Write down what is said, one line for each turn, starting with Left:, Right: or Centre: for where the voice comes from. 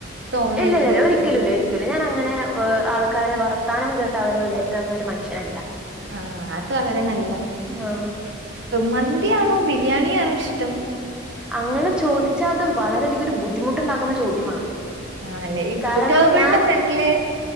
Right: തോന്നരുത്
Centre: ഇല്ലല്ല ഒരിക്കലുല്ല ഒരിക്കലു ഞാൻ അങ്ങനെ ആൾ ആൾക്കാരെ വർത്താനം കേട്ട് അവരെ വിലരുത്തുന്ന ഒരു മനഷ്യനല്ല
Right: ആ അത് വളരെ നല്ലതാ
Centre: ആഹ്
Right: മന്തിയാണോ ബിരിയാണിയാണോ ഇഷ്ടം
Centre: അങ്ങനെ ചോദി ച്ചാ അത് വരെയധികം ഒരു ബുദ്ധിമുട്ടുണ്ടാക്കുന്ന ചോദ്യമാണ്
Right: ആ അല്ലേ ഈ
Centre: കാരണം
Right: ടേബിളിന്റെ
Centre: ഞാൻ
Right: ഫ്രണ്ടിലെ